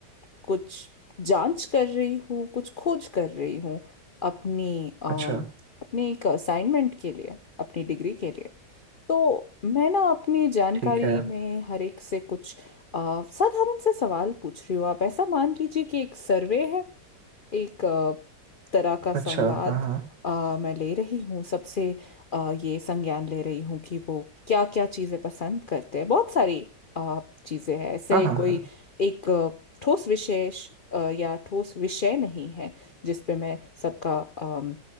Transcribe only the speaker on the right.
अच्छा
ठीक है
अच्छा हाँ हाँ
हाँ हाँ
हाँ